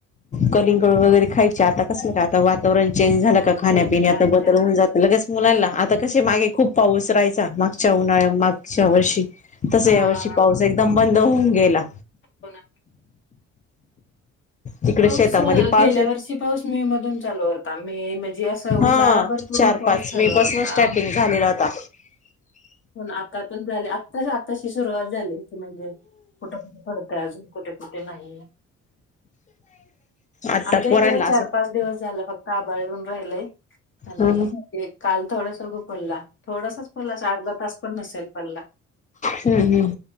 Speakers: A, on the left; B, on the left.
A: कलिंगड वगैरे खायचे आता कस का आता वातावरण चेंज झालं का खाण्यापिण्यात
B: चेंज झालंय
A: आता बदल होऊन जात लगेच. मुलांला आता कसे मागे खूप पाऊस राहायचा मागच्या उन्हाळ्या मागच्या वर्षी तस
B: हा
A: यावर्षी पाऊस एकदम बंद होऊन गेला.
B: हो ना
A: तिकडे
B: पाऊस
A: शेतामध्ये पाऊस
B: गेल्या वर्षी पाऊस मे मधून चालू होता मे म जे असं उन्हाळा
A: हा
B: भर पूर्ण
A: चार
B: पाऊस
A: पाच
B: झाला
A: मे पासून
B: होता.
A: स्टार्टिंग झालेला होता
B: पण आतातून झाले आता आताशी सुरुवात झाली. म्हणजे कुठं कुठे पडतय अजून कुठे कु ठे नाही.
A: आता
B: आमच्या
A: पोरांला
B: इकडे
A: असं
B: चार पाच दिवस झालं फक्तआभाळ येऊन राहिलय. आणि
A: ह
B: काल थोडासा पडला थोडासाच पडला चार पण नसेल पडला.
A: हम्म! हम्!